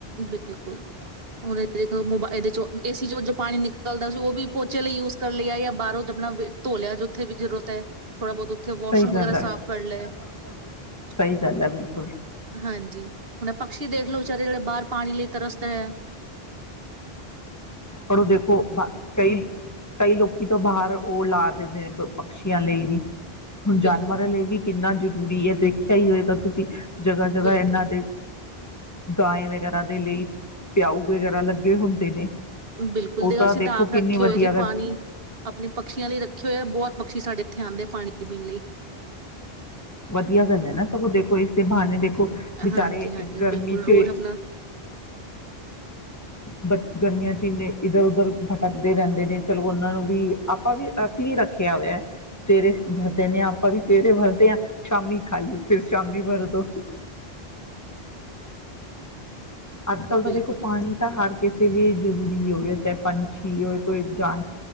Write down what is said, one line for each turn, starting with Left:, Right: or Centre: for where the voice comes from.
Right: ਬਿਲਕੁਲ ਹੁਣੇ ਖੋ ਮੋਬ ਇਹਦੇ ਚੋਂ ਏਸੀ ਚੋਂ ਜੋ ਪਾਣੀ ਨਿਕਲਦਾ ਸੀ ਉਹ ਵੀ ਪੋਚੇ ਲਈ ਯੂਜ ਕਰ ਲਿਆ ਜਾਂ ਬਾਹਰੋਂ ਆਪਣਾ ਧੋ ਲਿਆ ਜੋ ਉੱਥੇ ਵੀ ਜ਼ਰੂਰਤ ਐ। ਥੋੜਾ ਬੋਤ ਓਥੇ ਵਾਸ਼ਰੂਮ
Left: ਸਹੀ ਗੱਲ
Right: ਵਗੈਰਾ
Left: ਹੈ।
Right: ਸਾਫ ਕਰ ਲਏ, <unintelligible>
Left: ਲਿਆ। ਸਹੀ ਗੱਲ ਹੈ ਬਿਲਕੁਲ
Right: ਹਾਂਜੀ ਪਕਸ਼ੀ ਦੇਖ ਲਓ ਵਿਚਾਰੇ ਜਿਹੜੇ ਬਾਹਰ ਪਾਣੀ ਲਈ ਤਰਸਦੇ ਐ।
Left: ਉਹ ਕਈ ਕਈ ਲੋਕੀ ਤੋਂ ਬਾਹਰ ਉਹ ਲਾ ਦਿੰਦੇ ਨੇ ਪਕਸ਼ੀਆਂ ਲਈ ਵੀ ਹੁਣ
Right: ਬਿਲਕੁਲ,
Left: ਜਾਨਵਰਾਂ
Right: ਬਿਲਕੁਲ
Left: ਲਈ ਵੀ ਕਿੰਨਾ ਜ ਪੂਰੀ ਹੈ, ਦੇਖਿਆ ਹੀ ਹੋਏਗਾ ਤੁਸੀਂ। ਜਗ੍ਹਾ-ਜਗ੍ਹਾ
Right: ਬਿਲਕੁਲ,
Left: ਇਹਨਾਂ ਦੇ ਗਾਂਏ ਵਗੈਰਾ ਦੇ ਲਈ ਪਿਆਊ ਵਗੈਰਾ ਲੱਗੇ ਹੁੰਦੇ ਨੇ।
Right: ਬਿਲਕੁਲ
Left: ਉਹ
Right: ਦੇ ਅਸੀਂ
Left: ਦੇਖੋ
Right: ਤਾਂ ਆਪ
Left: ਕਿੰਨੀ
Right: ਰੱਖੇ
Left: ਵਧੀਆ
Right: ਹੋਏ ਜੀ
Left: ਗੱਲ
Right: ਪਾਣੀ ਆਪਣੇ ਪਕਛੀਆਂ ਲਈ ਰੱਖੇ ਹੋਏ ਆ ਬਹੁਤ ਪਕਸ਼ੀ ਸਾਡੇ ਇੱਥੇ ਆਂਦੇ ਆ ਪਾਣੀ ਪੀਣ ਲਈ
Left: ਵਧੀਆ ਗੱਲ ਹੈ, ਨਾ ਸਗੋਂ ਦੇਖੋ ਇਸੇ ਬਹਾਨੇ ਦੇਖੋ ਬਚਾਰੇ
Right: ਹਾਂਜੀ, ਹਾਂਜੀ
Left: ਗਰਮੀ
Right: ਬਿਲਕੁਲ ਰੋਜ਼
Left: ਚ
Right: ਆਪਣਾ
Left: ਬ ਗਰਮੀਆਂ ਚ ਇੰਨੇ ਇੱਧਰ ਉਧਰ ਭਟਕਦੇ ਰਹਿੰਦੇ ਨੇ, ਚਲੋ ਉਹਨਾਂ ਨੂੰ ਵੀ ਆਪਾਂ ਵੀ ਅਸੀਂ ਵੀ ਰੱਖਿਆ ਹੋਇਆ ਸਵੇਰੇ ਵਰ ਦੇਨੇ ਹਾਂ, ਆਪਾਂ ਵੀ ਸਵੇਰੇ ਵਰਦੇ ਹਾਂ। ਸ਼ਾਮੀ ਖਾਲੀ ਫਿਰ ਸ਼ਾਮੀ ਵਰਦੋ। ਅੱਜ- ਕੱਲ੍ਹ ਤਾਂ
Right: ਬਿਲਕੁਲ,
Left: ਦੇਖੋ ਪਾਣੀ ਤਾਂ ਹਰ ਕਿਸੇ ਲਈ ਜ਼ਰੂਰੀ ਹੋ ਗਿਆ ਚਾਹੇ ਪੰਛੀ ਹੋ ਕੋਈ ਜਾਨ